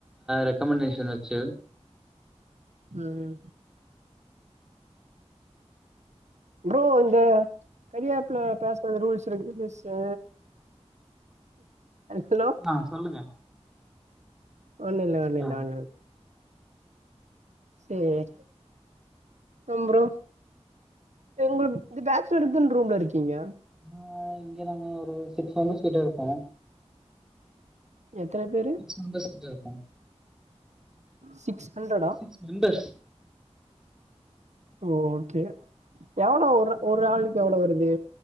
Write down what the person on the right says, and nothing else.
ம் ப்ரோ இந்த கரியா ஆப் ல பேசுறது ரூல்ஸ் இருக்கு ரூல்ஸா ஹலோ
ஒன்னு இல்ல ஒன்னு
இல்ல ஒன்னு இல்ல சேரி ஆம ப்ரோ எங்களுக்கு இது பேட்ச்லருக்குன்னு ரூம்ல இருக்கீங்க
எத்தன பேரு
சிக்ஸ் ஹண்டர்ட்டா
ஓ ஓகே எவ்ளோ ஒரு ஒரு ஆளுக்கு எவ்ளோ வருது